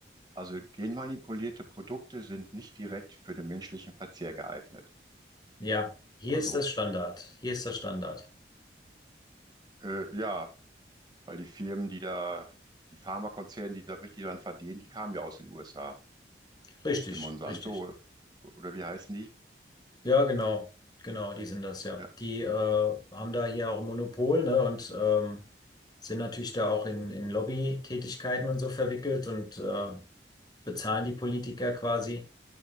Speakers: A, on the right; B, on the left.
A: Also genmanipulierte Produkte sind nicht direkt für den menschlichen Verzehr geeignet.
B: Ja, hier
A: Also
B: ist das Standard. Hier ist das Standard.
A: äh, ja, weil die Firmen, die da, die Pharmakonzerne, die da richtig dran verdienen, die kamen ja aus den USA.
B: Richtig,
A: Hier Monsanto
B: richtig.
A: oder wie heißen die?
B: Ja, genau. Genau, die sind das, ja.
A: Ja,
B: Die äh, haben da hier auch ein Monopol, ne, und ähm, sind natürlich da auch in, in Lobby Tätigkeiten und so verwickelt und äh, bezahlen die Politiker quasi